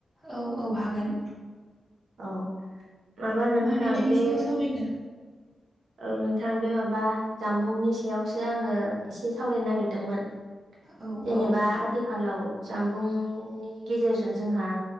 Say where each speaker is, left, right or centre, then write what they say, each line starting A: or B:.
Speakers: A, on the right; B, on the right.
A: औ औ हागोन।
B: औ माबा नोंथां
A: मा आयदानि
B: बे
A: सायाव सावरायनो
B: औ नोंथां बे माबा जामबुंनि सायावसो आङो एसे सावरायनो नागिरदोंमोन।
A: औ
B: जेनेबा
A: औ
B: आथिखालाव जामबुंनि गेजेरजों जोंहा